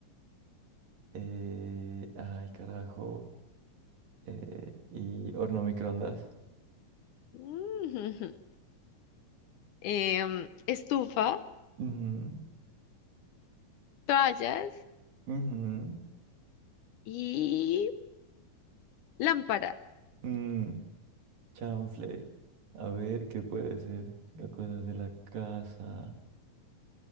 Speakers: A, on the right; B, on the left.
A: eh, ay, carajo, eh, y horno microondas.
B: <laughs> em, estufa,
A: Ujú,
B: toallas
A: ujú,
B: y lámpara.
A: mm, chanfle. A ver qué puede ser. Las Cosas de la casa.